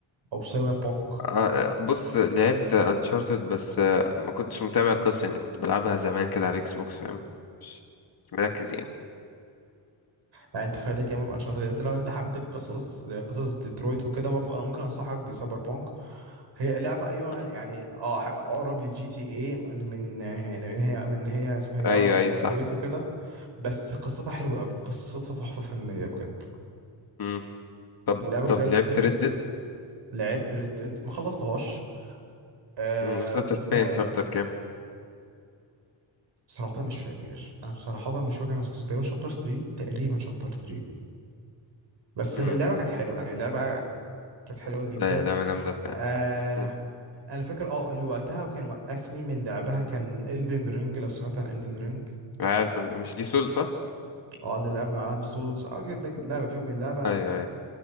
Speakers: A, on the right; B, on the left.
A: أو سايبر بانك
B: آه، بص لعبت انشارتد بس آه، ما كنتش متابع القصة يعني كنت بلعبها زمان كده على الاكس بوكس فاهم مش مش مركز يعني
A: يعني أنت فايدك ياما في أنشارتد أنت لو أنت حبيت قصص زي قصص ديترويت وكده برضو أنا ممكن أنصحك بسايبر بانك هي لعبة أيوة
B: مم.
A: يعني أه حاجة أقرب للجي تي إيه من من يعني من هي من هي اسمها إيه دي
B: ايوه
A: أقرب لديترويت
B: ايوه صح
A: وكده بس قصتها حلوة أوي قصتها تحفة فنية بجد
B: مم. طب
A: اللعبة
B: طب
A: بجد
B: لعبت
A: قص
B: ردت
A: لعبت ريد ديد ما خلصتهاش آه
B: وصلت
A: بس
B: لفين
A: آه،
B: شابتر كام
A: صراحة مش فاكر انا صراحة مش فاكر انا وصلت تقريبا شابتر 3 تقريبا شابتر 3 بس
B: مم.
A: اللعبة كانت حلوة يعني اللعبة كانت حلوة جدا
B: آه، لعبة جامدة فعلا
A: آه
B: مم.
A: انا فاكر اه اللي وقتها كان وقفني من لعبها كان Elden Ring لو سمعت عن Elden Ring
B: عارف مش دي سول صح
A: اه اللي لعبة مع لعبة سولز اه جد- جد- لعبة فيهم اللعبة
B: ايوه